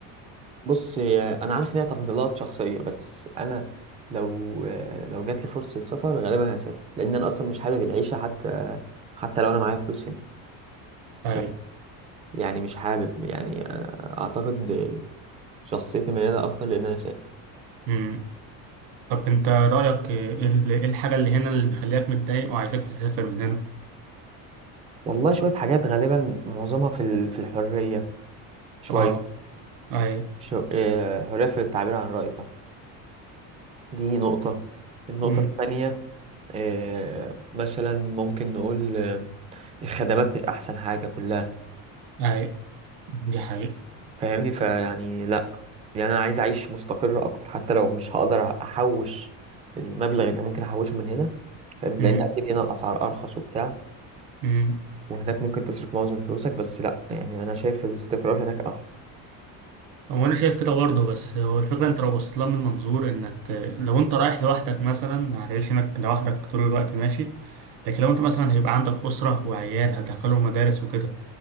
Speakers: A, on the right (about 20°); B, on the right (about 65°).
A: بص هي- انا عارف ان هي تفضيلات شخصيه بس انا لو آه، لو جات لي فرصه سفر غالبا هسافر لان انا اصلا مش حابب العيشه حتى حتى لو انا معايا فلوس هنا
B: اي
A: ف- يعني مش حابب يعني آه، اعتقد شخصيتي مياله اكتر لان انا سافر
B: امم طب انت رايك ايه ال- إيه الحاجة اللي هنا اللي مخليك متضايق وعايزك تسافر من هنا
A: والله شوية حاجات غالبا معظمها في ال- في الحرية شوية
B: اه اي
A: شو... آه، حرية في التعبير عن الرأي طبعا دي نقطة النقطة
B: امم
A: التانية آه، مثلا ممكن نقول آه، الخدمات مش أحسن حاجة كلها
B: اي دي حقيقة
A: فاهمني فيعني لا يعني انا عايز اعيش مستقر اكتر حتى لو مش هقدر احوش المبلغ اللي ممكن احوشه من هنا فاهم
B: امم
A: لان اكيد هنا الاسعار ارخص وبتاع
B: امم
A: وهناك ممكن تصرف معظم فلوسك بس لا يعني انا شايف الاستقرار هناك احسن
B: هو انا شايف كده برضه بس هو الفكرة انت لو بصيت لها من منظور انك لو انت رايح لوحدك مثلا هتعيش هناك لوحدك طول الوقت ماشي لكن لو انت مثلا هيبقى عندك أسرة وعيال هتدخلهم مدارس وكده